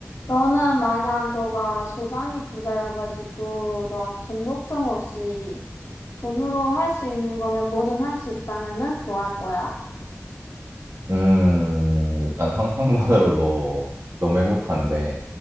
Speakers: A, on the left; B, on the right.
A: 너는 만약 너가 조단이 부자여가지고 너하고 돈 걱정 없이 돈으로 할 수 있는 거면 뭐든 할 수 있다면은 뭐 할 거야?
B: 음, 일단 상상만으로도 너무 행복한데,